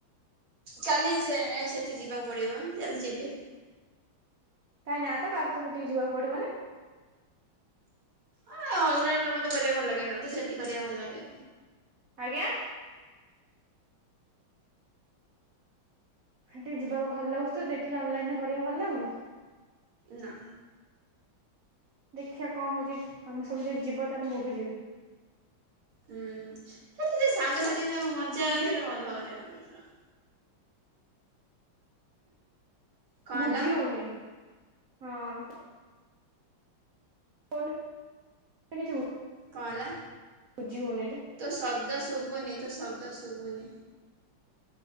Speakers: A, on the right; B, on the right.
A: କାଲି ସେ ସେଠି ଯିବାକୁ ପଡିବ ଚାଲିଯିବି।
B: କାଇଁ ନା ତ କାଲିତ ସେଠିକି ଯିବାକୁ ପଡିବନି।
A: ଏ ଅନଲାଇନରେ ମତେ କରିବା ଭଲ ଲାଗେନା ମତେ ସେଠି କରିବାକୁ ଭଲ ଲାଗେ।
B: ଆଜ୍ଞା। ହେଠିକି ଯିବାକୁ ଭଲ ଲାଗୁଚି ତତେ ଏଠି ଅନଲାଇନ କରିବାକୁ ଭଲ ଲାଗୁନି।
A: ନାଁ
B: ଦେଖିବା କଁ ହଉଚି ତମେ ସବୁ ଯଦି ଯିବ ତାହାଲେ ମୁଁ ବି ଯିବି।
A: ହୁଁ ମତେ ସେଇ ସାଙ୍ଗସାଥି ହରେ ମଜା
B: ଏଥିରେ
A: ସେଟା ଅଲଗ ଟାଇପର। କଣ
B: ବୁଝିହୋଉନି
A: ହେଲା
B: ହଁ। ଫୋନରେ କିଛି <inaudible>
A: କଣ ହେଲା?
B: ବୁଝି ହେଉନି ରେ।
A: ତୋ ଶବ୍ଦ ଶୁଭୁନି ତୋ ଶବ୍ଦ ଶୁଭୁନି।